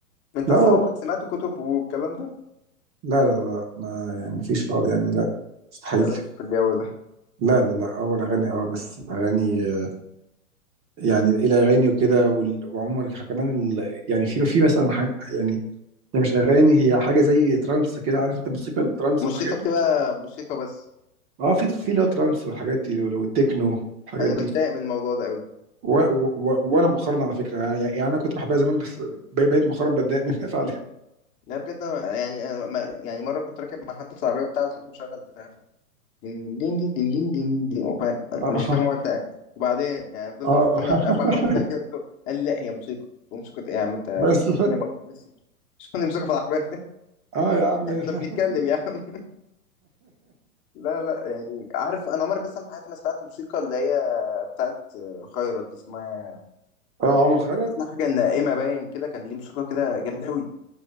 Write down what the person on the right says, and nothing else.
لا
هو-
لا لا لا ما يعني ما فيش خالص يعني لا مستحيل
لا لا لا اول اغاني اه بس الاغاني آه، يعني الاغاني وكده وال- وعموما كمان ال- يعني في في مثلا حاجه يعني هي مش اغاني هي حاجه زي ترانس كده عارف انت موسيقى الترانس
والحاجات دي
اه في في لا ترانس والحاجات دي والتكنو والحاجات
دي
و... و... و... وانا مؤخرا على فكره يعني يعني انا كنت بحبها زمان بس بي- بقيت مؤخرا بتضايق منها فعلا
اه
اه
<laughs>
بس
اه يا عم
<laughs>
اه عمر خيرك